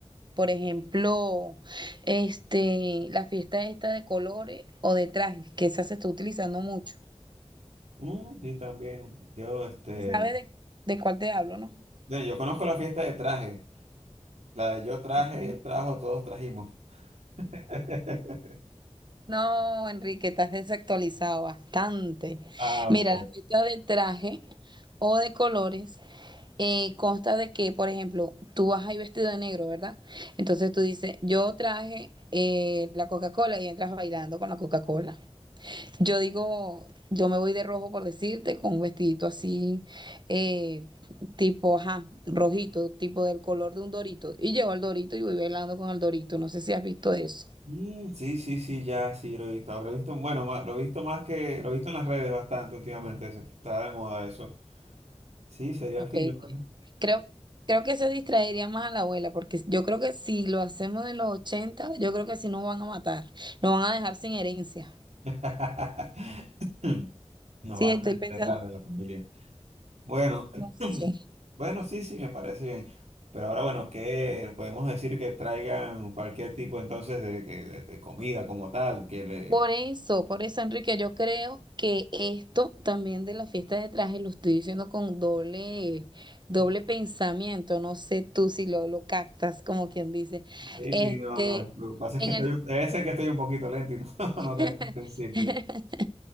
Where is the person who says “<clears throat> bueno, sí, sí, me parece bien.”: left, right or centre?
Right